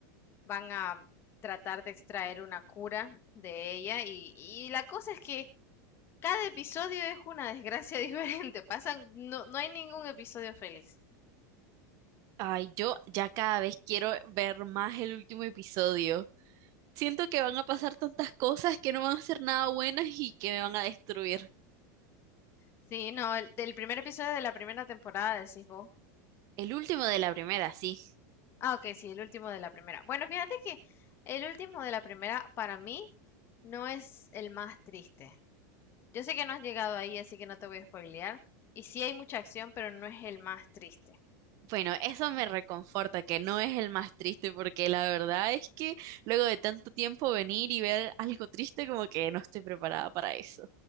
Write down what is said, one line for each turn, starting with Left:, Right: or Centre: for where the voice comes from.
Left: van a tratar de extraer una cura de ella. Y, y la cosa es que cada episodio es una desgracia <laughs> diferente. Pasan, no, no hay ningún episodio feliz.
Right: Ay, yo ya cada vez quiero ver más el último episodio. Siento que van a pasar tantas cosas que no van a ser nada buenas y que me van a destruir.
Left: Sí, no, el, del primer episodio de la primera temporada, decís vos.
Right: El último de la primera, sí.
Left: Ah, ok, sí, el último de la primera. Bueno, fíjate que el último de la primera para mí no es el más triste. Yo sé que no has llegado ahí, así que no te voy a spoilear. Y sí hay mucha acción, pero no es el más triste.
Right: Bueno, eso me reconforta, que no es el más triste, porque la verdad es que luego de tanto tiempo venir y ver algo triste, como que no estoy preparada para eso.